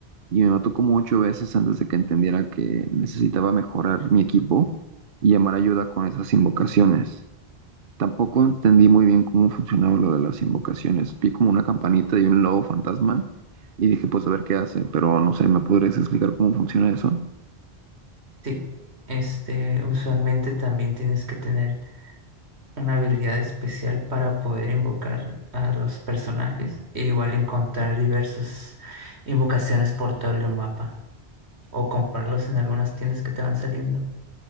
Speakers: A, on the right (about 60°); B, on the right (about 85°).
A: Y me mató como ocho veces antes de que entendiera que necesitaba mejorar mi equipo y llamar ayuda con esas invocaciones. Tampoco entendí muy bien cómo funcionaba lo de las invocaciones. Vi como una campanita y un lobo fantasma y dije, pues a ver qué hace, pero no sé, ¿me podrías explicar cómo funciona eso?
B: Sí, este, usualmente también tienes que tener una habilidad especial para poder invocar a los personajes e igual encontrar diversas invocaciones por todo el mapa o comprarlos en algunas tiendas que te van saliendo.